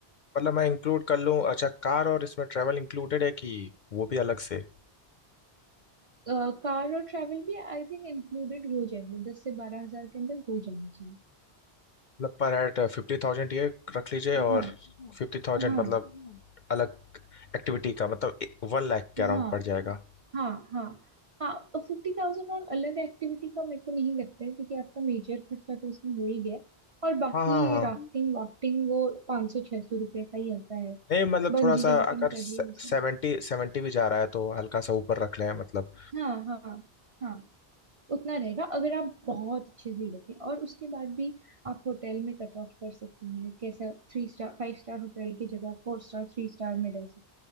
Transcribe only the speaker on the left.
मतलब मैं इंक्लूड कर लूँ अच्छा कार और इसमें ट्रैवल इंक्लूडेड है कि वो भी अलग से
मतलब पर एट फिफ्टी थाउजेंड ये रख लीजिए और
फिफ्टी थाउजेंड
मतलब अलग एक्टिविटी का मतलब वन लाख के अराउंड
पड़ जाएगा
हाँ हाँ हाँ
नहीं मतलब
थोड़ा सा
अगर
सेवेंटी
सेवेंटी भी जा रहा है तो हल्का सा ऊपर रख लें मतलब